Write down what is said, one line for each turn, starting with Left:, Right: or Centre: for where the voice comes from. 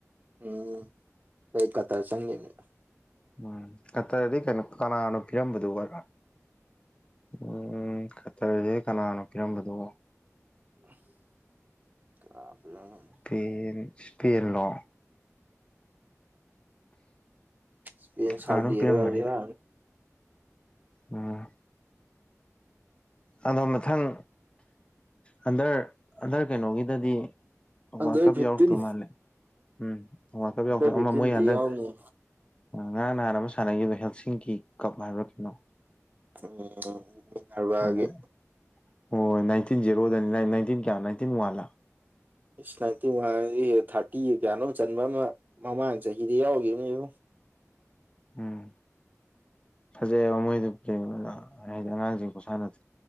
Right: ꯎꯝ <unintelligible>
Left: ꯎꯝ ꯀꯠꯇꯔꯗꯤ ꯀꯩꯅꯣ ꯀꯅꯥꯅꯣ ꯄꯤꯔꯝꯕꯗꯨ <unintelligible> ꯎꯝ ꯀꯇꯔꯁꯦ ꯀꯅꯥꯅꯣ ꯄꯤꯔꯝꯕꯗꯣ
Right: <unintelligible>
Left: ꯄꯦꯟ ꯁꯄꯦꯟꯂꯣ
Right: ꯏꯁꯄꯦ ꯁꯥꯎꯗꯤ
Left: ꯀꯅꯥꯅꯣꯝ ꯄꯤꯔꯝꯕꯅꯤ
Right: ꯑꯦꯔꯕꯤꯌꯥ
Left: ꯎꯝ ꯑꯗꯣ ꯃꯊꯪ ꯍꯟꯗꯔ ꯍꯟꯗꯔ ꯀꯩꯅꯣꯒꯤꯗꯗꯤ
Right: ꯑꯟꯗꯔ
Left: ꯋꯥꯜ ꯀꯞ
Right: ꯐꯤꯐꯇꯤꯟ
Left: ꯌꯥꯎꯔꯛꯇꯧ ꯃꯥꯜꯂꯦ ꯎꯝ ꯋꯥꯜ ꯀꯞ
Right: ꯑꯟꯗꯔ
Left: ꯌꯥꯎꯔꯛꯇꯣ
Right: ꯐꯤꯐꯇꯤꯟꯗꯤ
Left: ꯑꯃ ꯃꯣꯏ ꯍꯟꯗꯛ
Right: ꯌꯥꯎꯅꯤ
Left: ꯉꯔꯥꯡ ꯅꯍꯥꯟ ꯑꯃ ꯁꯥꯟꯅꯈꯤꯕ ꯍꯦꯜꯁꯤꯡꯒꯤ ꯀꯞ ꯍꯥꯏꯕ꯭ꯔꯥ ꯀꯩꯅꯣ
Right: ꯎꯝ ꯃꯤꯟꯅꯔꯕꯒꯤ
Left: ꯑꯗꯨꯅ ꯍꯣꯏ ꯅꯥꯏꯇꯤꯟ ꯖꯦꯔꯣꯗꯅꯤ ꯅꯥꯏꯟꯇꯤꯟ ꯀꯌꯥ ꯅꯥꯏꯟꯇꯤꯟ ꯋꯥꯟꯂ
Right: <unintelligible> ꯊꯥꯔꯇꯔꯤꯒ ꯀꯌꯥꯅꯣꯝ ꯆꯟꯕ ꯑꯃ ꯃꯃꯥꯡ ꯆꯍꯤꯗ ꯌꯥꯎꯒꯤꯕ <unintelligible>
Left: ꯎꯝ ꯐꯖꯩꯑꯦꯕ ꯃꯣꯏꯗꯨ ꯄ꯭ꯂꯦ ꯍꯥꯏꯗꯤ ꯑꯉꯥꯡꯁꯤꯡ ꯈꯨꯁꯥꯟꯅꯗꯣ